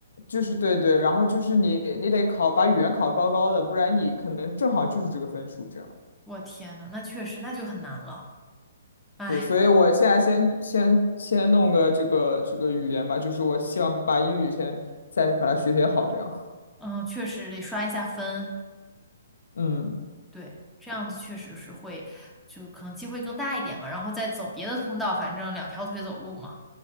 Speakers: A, on the left (about 75°); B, in the centre.
A: 就是对对，然后就是你你得考把语言考高高的，不然你可能正好就是这个分数这样。
B: 我天呐，那确实那就很难了。哎，
A: 对，所以我现在先先先弄个这个这个语言吧，就是我希望把英语先再把它学学好这样。
B: 嗯，确实得刷一下分，
A: 嗯
B: 对，这样子确实是会，就可能机会更大一点吧。然后再走别的通道，反正两条腿走路嘛。